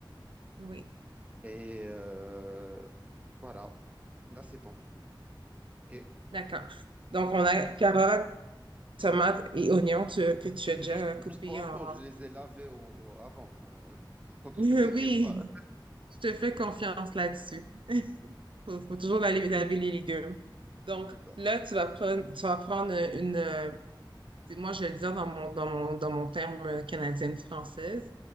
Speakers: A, on the right; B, on the right.
A: oui.
B: Et euh, voilà, là c'est bon. ok
A: D'accord. Donc, on a carottes. tomates et oignons tu- que tu
B: Ju-
A: as déjà
B: juste,
A: coupés
B: juste pour info,
A: en...
B: je les
A: <laughs>
B: ai lavés au, au- avant. euh, <laughs> donc
A: Oui,
B: ne t'inquiète pas, hein,
A: je te fais confiance là-dessus. <laughs> Faut, faut toujours aller laver les légumes. Donc,
B: c'est ça.
A: là, tu vas prendre, tu vas prendre une... euh, c'est- Moi, je vais le dire dans mon, dans mon, dans mon terme canadienne-française.